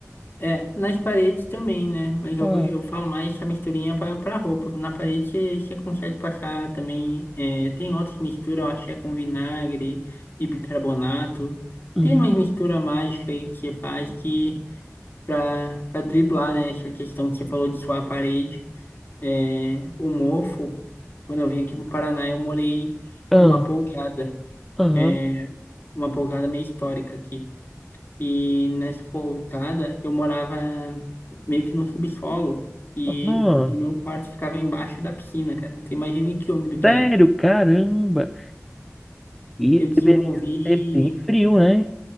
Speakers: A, on the left; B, in the centre.
A: É, nas paredes também, né? Mas eu,
B: Ah,
A: eu falo mais essa misturinha pra, pra roupa. Na parede você, você consegue passar também. é, tem outras misturas, eu acho que é com vinagre e bicarbonato.
B: hum,
A: Tem umas misturas mágicas aí que você faz que pra, pra driblar, né? Essa questão que você falou de suar a parede. É, o Mofo, quando eu vim aqui pro Paraná, eu morei
B: ah,
A: numa pousada,
B: aham,
A: é, uma pousada meio histórica aqui. E nessa pousada eu morava meio que no subsolo e
B: aham.
A: meu quarto ficava embaixo da piscina, cara. Então imagine que úmido que
B: Sério,
A: era.
B: caramba. E
A: Eu
B: deveria
A: desenvolvi,
B: ser bem frio, né?